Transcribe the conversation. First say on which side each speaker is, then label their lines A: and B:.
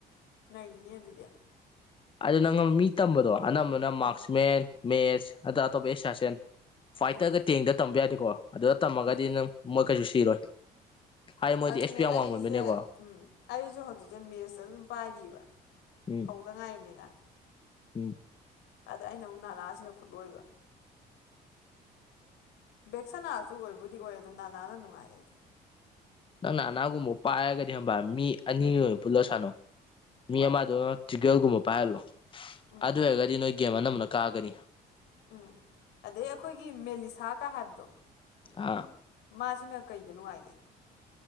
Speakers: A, on the left; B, on the left.
A: ꯅꯈꯤꯅꯤ ꯑꯗꯨꯗꯤ
B: ꯑꯗꯨ ꯅꯪ ꯃꯤ ꯇꯝꯕꯗꯣ ꯑꯅꯝꯕꯅ ꯃꯥꯔꯛꯁꯃꯦꯟ
A: ꯎꯝ
B: ꯃꯦꯠꯁ ꯑꯗ꯭ꯔ ꯑꯇꯣꯞꯄ ꯑꯦꯁꯤꯌꯥꯁꯟ ꯐꯥꯏꯠꯇꯔꯒ
A: ꯎꯝ
B: ꯇꯦꯡꯗ ꯇꯝꯕ ꯌꯥꯗꯦꯀꯣ ꯑꯗꯨꯗ ꯇꯝꯃꯒꯗꯤ
A: ꯎꯝ
B: ꯅꯪ ꯃꯣꯏ ꯀꯩꯁꯨ ꯁꯤꯔꯣꯏ ꯍꯥꯏꯗꯤ ꯃꯣꯏꯗꯤ
A: ꯑꯗꯨꯅꯦ
B: ꯑꯦꯁ ꯄꯤ ꯌꯥꯝ
A: ꯑꯩꯁꯦ
B: ꯋꯥꯡꯃꯟꯕꯅꯦꯀꯣ
A: ꯎꯝ ꯑꯩꯁꯨ ꯍꯧꯖꯤꯛꯁꯦ ꯃꯦꯁꯇ ꯑꯗꯨꯝ ꯄꯥꯏꯔꯤꯕ
B: ꯎꯝ
A: ꯍꯧꯗ ꯉꯥꯏꯔꯤꯕꯅꯤꯅ
B: ꯎꯝ
A: ꯑꯗ ꯑꯩꯅ ꯑꯃꯨꯛ ꯅꯅꯥꯁꯤꯅ ꯈꯨꯠꯂꯣꯏꯕ ꯕꯦꯛꯁꯅꯥꯁꯨ ꯑꯣꯏꯕꯨꯗꯤ ꯑꯣꯏ ꯑꯗꯨꯗ ꯅꯅꯥꯟꯅ ꯅꯨꯡꯉꯥꯏ ꯑꯩꯗꯤ
B: ꯅꯪꯅ ꯑꯅꯥꯒꯨꯝꯕ ꯄꯥꯏꯔꯒꯗꯤ ꯍꯕ ꯃꯤ ꯑꯅꯤ
A: ꯎꯝ
B: ꯄꯨꯜꯂ ꯁꯥꯥꯟꯅꯣ ꯃꯤ
A: ꯍꯣꯏ
B: ꯑꯃꯗꯣ ꯆꯤꯒꯦꯜꯒꯨꯝꯕ ꯄꯥꯏꯍꯜꯂꯣ
A: ꯎꯝ
B: ꯑꯗꯨ ꯑꯣꯏꯔꯒꯗꯤ ꯅꯣꯏ ꯒꯦꯝ ꯑꯅꯝꯕꯅ ꯀꯥꯑꯒꯅꯤ
A: ꯎꯝ ꯑꯗꯩ ꯑꯩꯈꯣꯏꯒꯤ ꯃꯦꯂꯤꯁꯥꯀ ꯍꯥꯏꯕꯗꯣ
B: ꯑꯥ
A: ꯃꯥꯁꯤꯅ ꯀꯩꯗ ꯅꯨꯡꯉꯥꯏꯒꯦ